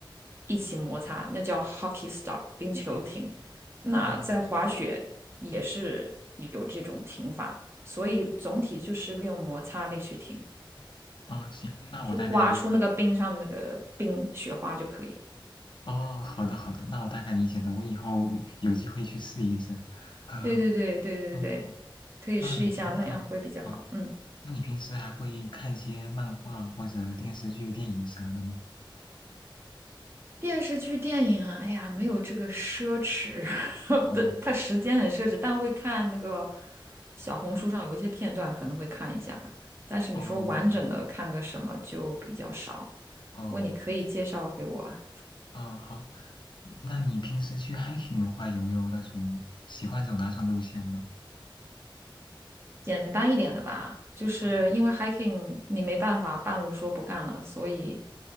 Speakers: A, on the right; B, on the left.
A: 一起摩擦，那叫 hockey stop 冰球停。那在滑雪也是有这种停法，
B: 哦
A: 所以总体就是利用摩擦力去停，
B: 哦，行，那我大概理解了。
A: 去刮出那个冰上的那个冰雪花就可以。
B: 哦，好的好的，那我大概理解了，我以后有机会去试一试。<laughs>
A: 对对对对对对，
B: 嗯，好，
A: 可以试一下，
B: 那你平嗯。
A: 那样会比较好。
B: 好
A: 嗯。
B: 那你平时还会看些漫画或者电视剧、电影啥的吗？
A: 电视剧、电影啊，哎呀，没有这个奢侈 <laughs>
B: 哦
A: 的，它时间很奢侈，但会看那个小红书上有一些片段，可能会看一下。但是你说完整的看个什么就比较少。
B: 哦哦
A: 不过你可以介绍给我啊
B: 哦，好。那你平时去 hiking 的话，有没有那种喜欢走哪种路线呢？
A: 简单一点的吧，就是因为
B: 哦，
A: hiking 你没办法半路说不干了，所以